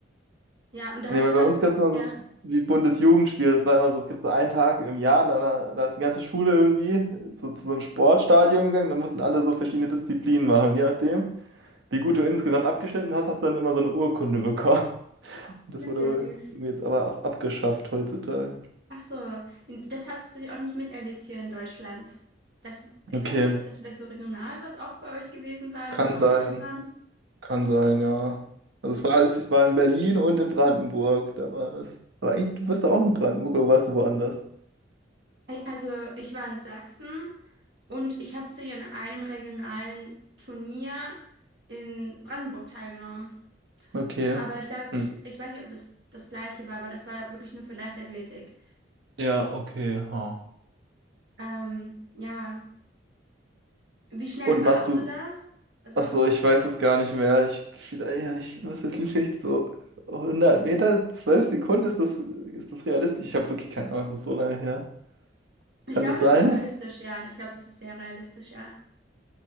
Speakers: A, on the right (about 60°); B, on the right (about 75°).
A: Ja, und da
B: Nee,
A: habe
B: weil
A: ich auch das,
B: bei uns gab es noch
A: ja,
B: das wie Bundesjugendspiel. Das war immer so, es gibt so einen Tag im Jahr, da, da ist die ganze Schule irgendwie so, zu so einem Sportstadion gegangen. Dann mussten alle so verschiedene Disziplinen machen. Und je nachdem, wie gut du insgesamt abgeschnitten hast, hast du dann immer so eine Urkunde bekommen. Das
A: das
B: wurde
A: ist ja
B: wohl
A: süß.
B: jetzt aber auch abgeschafft heutzutage.
A: Ach so, das habe ich tatsächlich auch nicht miterlebt hier in Deutschland. Das, ich
B: Okay,
A: weiß nicht, ob das vielleicht so regional was auch bei euch gewesen war in
B: kann
A: eurem
B: sein.
A: Bundesland.
B: Kann sein, ja. Also es war, ich war in Berlin und in Brandenburg. Da war das. Aber eigentlich, du bist doch auch in Brandenburg oder warst du woanders?
A: Also ich war in Sachsen und ich habe tatsächlich an einem regionalen Turnier in Brandenburg teilgenommen.
B: Okay.
A: Aber ich glaube,
B: Hm.
A: ich, ich weiß nicht, ob das das gleiche war, aber das war wirklich nur für Leichtathletik.
B: Ja, okay, ha.
A: Ähm, ja, wie schnell
B: Und
A: warst
B: machst du,
A: du da? Also
B: ach so, ich weiß es gar nicht mehr. Ich, vielleicht, ja, ich, was ist vielleicht so Hundert Meter, 12 Sekunden, ist das, ist das realistisch? Ich habe wirklich keine Ahnung, das ist so lange her.
A: ich
B: Kann
A: glaube,
B: das sein?
A: das ist realistisch, ja. Ich glaube, das ist sehr realistisch, ja.